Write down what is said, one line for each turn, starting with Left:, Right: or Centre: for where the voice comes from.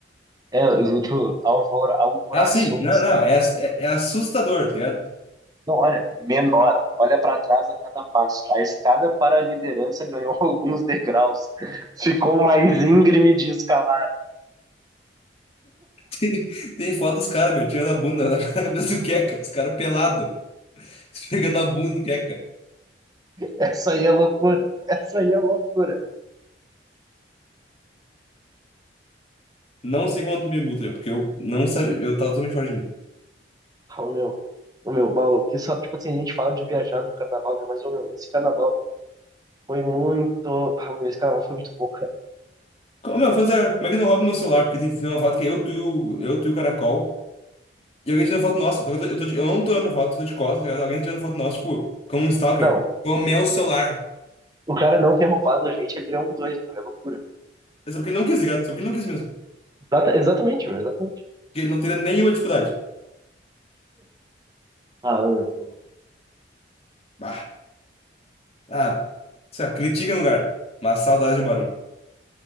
Right: É, o do Alvor, Alvoraçou
Left: Ah, sim. Não, não. É, ass- é, é assustador, tá ligado? <laughs>
Right: Não, olha, menor. Olha para trás a cada passo. A escada para a liderança ganhou <laughs> alguns degraus. Ficou mais íngreme de escalar.
Left: Tem, tem foto dos caras, meu, tirando a bunda <laughs> na cabeça do Queca. Os caras pelados, <laughs> pegando a bunda do Queca.
Right: Essa aí é loucura. Essa aí é loucura.
Left: Não sei como tu me multa, porque eu não sabia. Eu tava totalmente fora de mim.
Right: Ô, meu, ô, meu, Paulo, que só, tipo assim, a gente fala de viajar no carnaval, né? Mas, ô, meu, esse carnaval foi muito. Ah, meu, esse carnaval foi muito bom, cara.
Left: Co- Meu, falando sério, como é que não rouba meu celular? Porque tem, tem uma foto que é eu, tu, e o- eu, tu e o caracol. E alguém tá tirando foto nossa. Só que eu, tô, eu, tô de- eu não tô olhando pra foto, eu tô de costas, tá ligado? Alguém tá tirando foto nossa, tipo, como um stalker.
Right: Não,
Left: Com o meu celular.
Right: o cara não ter roubado a gente, ele é um dois, meu, é loucura.
Left: É Só porque ele não quis, tá ligado? É Só porque ele não quis mesmo.
Right: Exata- exatamente, meu, exatamente.
Left: Porque ele não teria nenhuma dificuldade.
Right: Ah, ô, meu, tá louco.
Left: Bah. Ah, sei lá, critica no lugar. Mas saudade de um barão.